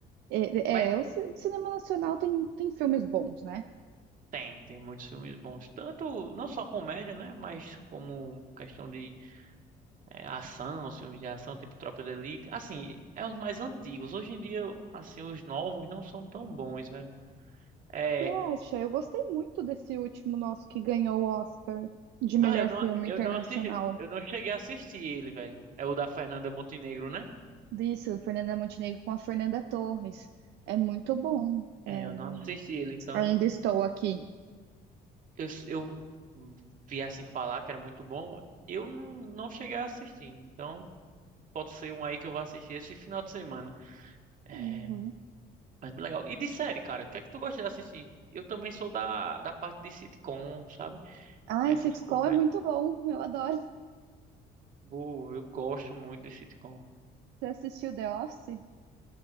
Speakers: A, on the right (about 85°); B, on the right (about 50°).
A: é,
B: Mas
A: é, o ci- cinema nacional tem, tem filmes bons, né?
B: tem, tem muitos filmes bons. Tanto, não só comédia, né? Mas como questão de é, ação, os filmes de ação, tipo Tropa de Elite. Assim, é os mais antigos. Hoje em dia, assim, os novos não são tão bons, velho. É.
A: Você acha? Eu gostei muito desse último nosso que ganhou o Oscar de melhor
B: Ah, eu não,
A: filme
B: eu
A: internacional.
B: não assisti, eu não cheguei a assistir ele, velho. É o da Fernanda Montenegro, né?
A: Disso, Fernanda Montenegro com a Fernanda Torres. É muito bom. É
B: É, eu
A: o
B: não assisti ele, então
A: Ainda Estou Aqui.
B: eu, eu vi assim falar que era muito bom. Eu não, não cheguei a assistir, então pode ser um aí que eu vou assistir esse final de semana. É,
A: Uhum.
B: mas bem legal. E de série, cara, o que é que tu gosta de assistir? Eu também sou da, da parte de sitcom, sabe?
A: Ai,
B: Essas
A: sitcom
B: comédias.
A: é muito bom. Eu adoro.
B: Boa, eu gosto muito de sitcom.
A: Você assistiu The Office?